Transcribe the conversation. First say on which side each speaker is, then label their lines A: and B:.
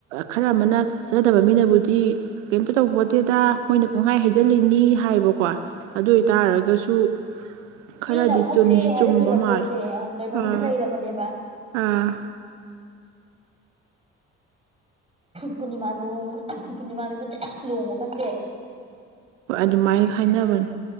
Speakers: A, on the right (about 85°); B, on the right (about 15°).
A: ꯈꯔ ꯑꯃꯅ ꯐꯖꯗꯕ ꯃꯤꯅꯕꯨꯗꯤ ꯇ ꯀꯩꯇ ꯇꯧꯕꯣꯠꯇꯦꯗ
B: ꯎꯝ
A: ꯃꯣꯏꯅ ꯍꯥꯏ ꯍꯩꯖꯤꯜꯂꯤꯅꯤ ꯍꯥꯏꯕꯀꯣ ꯑꯗꯨ ꯑꯣꯏꯇꯥꯔꯒꯁꯨ
B: ꯎꯝ
A: ꯈꯔꯗꯤ
B: ꯃꯤꯅ ꯐꯠꯇꯦ
A: ꯆꯨꯝꯗꯤ
B: ꯍꯥꯏꯔꯝꯃꯤꯕ
A: ꯆꯨꯝꯕ ꯃꯥꯜꯂꯦ
B: ꯄꯣꯠꯁꯦ ꯀꯩꯅꯣꯝꯗꯤ
A: ꯑꯥ
B: ꯂꯩꯔꯕꯅꯦꯕ
A: ꯑꯥ
B: ꯄꯨꯔꯅꯤꯃꯥ ꯅ ꯄꯨꯔꯅꯤꯃꯥ ꯅꯨꯃꯤꯠ ꯂꯨꯍꯃ ꯐꯠꯇꯦ
A: ꯍꯣꯏ ꯑꯗꯨꯃꯥꯏꯅ ꯍꯥꯏꯅꯕꯅꯤ